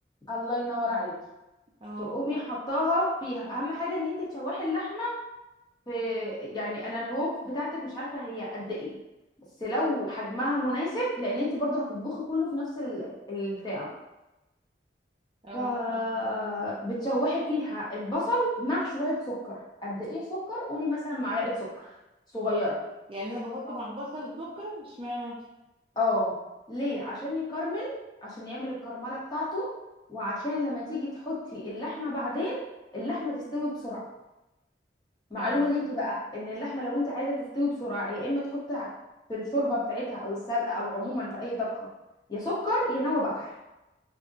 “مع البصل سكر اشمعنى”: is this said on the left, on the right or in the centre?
Right